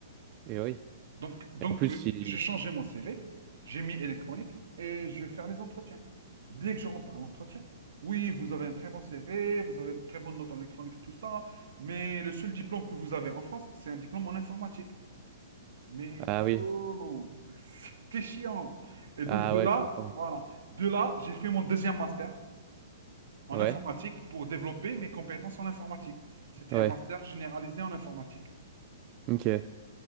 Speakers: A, on the right; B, on the right.
A: Et oui.
B: Donc, donc
A: Et en plus,
B: euh,
A: si.
B: j'ai changé mon CV, j'ai mis électronique et je vais faire les entretiens. Dès que je rentre à l'entretien, oui, vous avez un très bon CV, vous avez de très bonnes notes en électronique, tout ça, mais le seul diplôme que vous avez en France, c'est un diplôme en informatique. Mais
A: Ah oui.
B: oh, <laughs> c'était chiant. Et donc,
A: Ah
B: de
A: ouais,
B: là,
A: je comprends.
B: voilà, de là, j'ai fait mon deuxième master en
A: Ouais,
B: informatique pour développer mes compétences en informatique. C'était
A: ouais.
B: un master généralisé en informatique.
A: Ok.